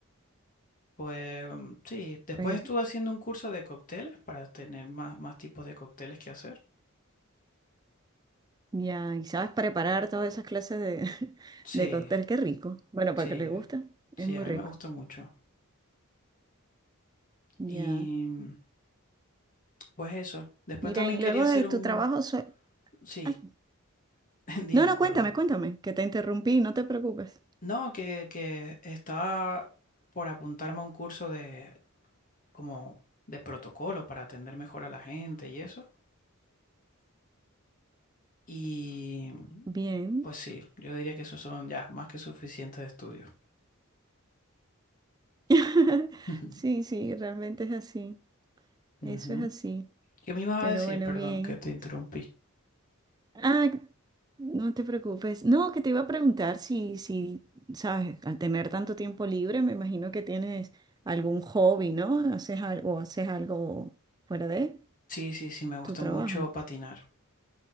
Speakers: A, on the left; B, on the right.
A: pues mm, sí, después
B: Pues
A: estuve haciendo un curso de cócteles para tener más, más tipos de cócteles que hacer.
B: ya, y sabes preparar todas esas clases de, <laughs>
A: Sí,
B: de cóctel, qué rico. Bueno,
A: sí,
B: para que le gusta,
A: sí,
B: es muy
A: a mí
B: rico.
A: me gusta mucho.
B: Ya.
A: Y mm, pues eso. Después
B: Mira,
A: también
B: y luego
A: quería hacer
B: de tu
A: un...
B: trabajo... sue-
A: Sí,
B: Ay,
A: <laughs> dime,
B: no, no,
A: perdón.
B: cuéntame, cuéntame, que te interrumpí, no te preocupes.
A: No, que, que estaba por apuntarme a un curso de, como de protocolo para atender mejor a la gente y eso. Y
B: Bien.
A: pues sí, yo diría que esos son ya más que suficientes estudios.
B: <laughs>
A: <laughs>
B: Sí, sí, realmente es así.
A: Ujú.
B: Eso es así.
A: ¿Qué me ibas
B: Pero
A: a decir?
B: bueno,
A: Perdón,
B: bien.
A: que te interrumpí.
B: Ah, no te preocupes. No, que te iba a preguntar si, si, sabes, al tener tanto tiempo libre, me imagino que tienes algún hobby, ¿no? Haces algo, o haces algo fuera de
A: Sí, sí, sí, me gusta
B: tu trabajo.
A: mucho patinar.